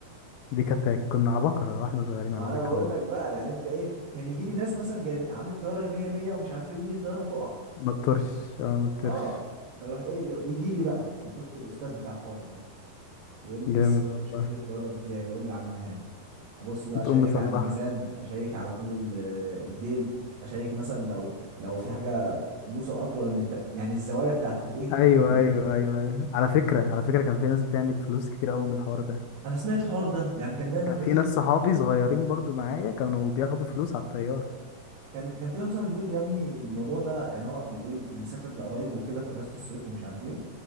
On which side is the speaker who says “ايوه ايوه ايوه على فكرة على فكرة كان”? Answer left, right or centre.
Left